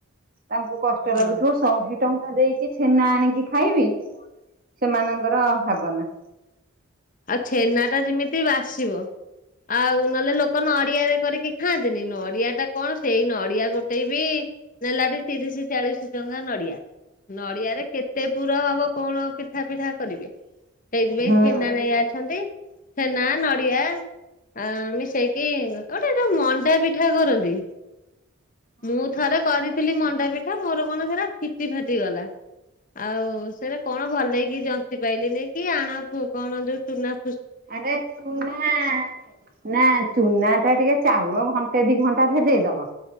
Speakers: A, on the right; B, on the left.
A: ତାଙ୍କୁ କଷ୍ଟ
B: ହଁ।
A: ଲାଗୁଥିବ ଶହେ ଟଙ୍କା ଦେଇକି ଛେନା ଆଣିକି ଖାଇବି। ସେମାନଙ୍କର ଭାବନା
B: ଆଉ ଛେନା ଟା ଯେମିତି ଆସିବ ଆଉ ନହେଲେ ଲୋକ ନଡିଆରେ କରିକି ଖାଆନ୍ତିନି ନଡିଆ ଟା କଣ ସେଇ ନଡିଆ ଗୋଟେ ବି ନେଲା ଟ ତିରିଶ ଚାଳିଶ ଟଙ୍କା ନଡିଆ। ନଡିଆରେ କେତେ ପୁର ହବ କଣ ପିଠା ପିଠା କରିବେ ସେଇଥିପାଇଁ
A: ହଁ
B: ଛନା ନେଇ ଅଛନ୍ତି ଛେନା ନଡିଆ। ଆ ମିଶେଇକି ଗୋଟେ ଯୋଉ ମଣ୍ଡା ପିଠା କରନ୍ତି। ମୁଁ ଥରେ କରିଥିଲି ମଣ୍ଡା ପିଠା ମୋର କଣ ସେରା ଫିଚ ଫାଟି ଗଲା। ଆଉ ସେଟ କଣ ଭଲ ହେଇକି ଜନ୍ତି ପାଇଲିନି କି ଆଣ ଫ କଣ ଯୋଉ ସୁନା
A: ଆ ଚୁନା ନା ଚୁନା ଟା ଟିକେ ଚାଉଳ ଘଣ୍ଟେ ଦି ଘଣ୍ଟା ଭେଦେଇଦବ